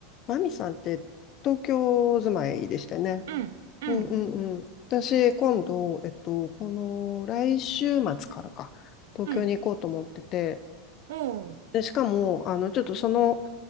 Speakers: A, on the left (about 30°); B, on the right (about 75°).
A: マミさんって東京住まいでしたよね。
B: うん、うん、
A: うんうんうん。私、今度、えっと、この来週末からか、東京に行こうと思ってて、
B: うん。おう
A: で、しかも、あの、ちょっとその